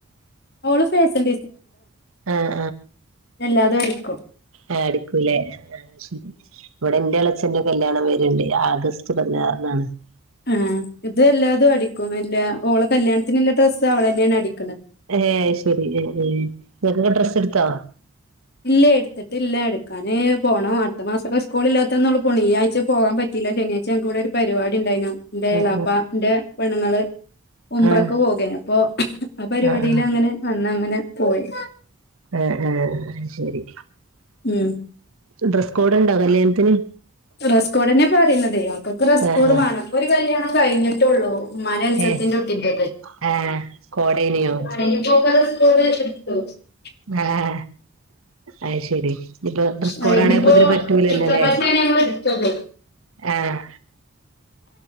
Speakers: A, on the left; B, on the right.
A: ഓള് ഫേസൽ
B: ആഹ്
A: എല്ലാതും ഒരിക്കും
B: ആ അടിക്കൂലേ, ആ ശരി ഇവിടെ ന്റെ എളേച്ഛന്റെ കല്യാണം വെരുണ്ട് ആഗസ്റ്റ് കുറ കല്ന്നാണ് <unintelligible>
A: ആഹ് ഇത് എല്ലാതും അടിക്കും എല്ലാ ഓള കല്യാണത്തിനുള്ള ഡ്രസ്സ് അവളെന്നെയാണ് അടിക്ക
B: ഏഹ് ശരി ഏ ഏ ഇങ്ങക്കൊക്കെ ഡ്രസ്സ് എടുത്താ
A: ഇല്ല എടുത്തിട്ടില്ല എടുക്കാന് പോണം അടുത്ത മാസൊക്കെ സ്കൂള് ഇല്ലാത്തന്ന് പോണം, ഈ ആഴ്ച പോവാൻ പറ്റില്ല ശനിയാഴ്ച നങ്ങക്കിവിടൊരു പരിപാടി ഉണ്ടായിനു എന്റെ
B: ആഹ്
A: എളാപ്പന്റെ പെണ്ണുങ്ങള് ഉംറക്ക്
B: ആഹ് ആഹ്
A: പോകയ്നു അപ്പൊ ആ പരിപാടിൽ
B: ആഹ്
A: അങ്ങനെ അന്ന് അങ്ങനെ പോയി
B: ആഹ് ആഹ് ശരി
A: ഉം
B: ഡ്രസ് കോഡ് ഉണ്ടോ കല്യാണത്തിന്
A: ഡ്രസ്സ്കോടെന്നെ പറയുന്നതേ ഇപ്പൊ ഡ്രസ്സ്‌കോഡ്
B: ആഹ് ആഹ്
A: വാണം ഇപ്പൊ ഒരു കല്യാണം കഴിഞ്ഞിട്ടുള്ളൂ ഉമ്മാന്റെ അനുജ
B: ഏഹ്
A: ത്തിന്റെ കുട്ടിന്റെത്
B: ആഹ്
A: <unintelligible>
B: കോഡേനിയോ ആഹ അയ്ശരി ഇപ്പൊ ഡ്രസ്കോഡാണെപ്പ
A: അതിനിപ്പോ
B: ഇതിന് പറ്റൂല്ലല്ലേ
A: പിത്ത പശയാണ് ഞങ്ങൾ എടുത്തത്
B: ആഹ്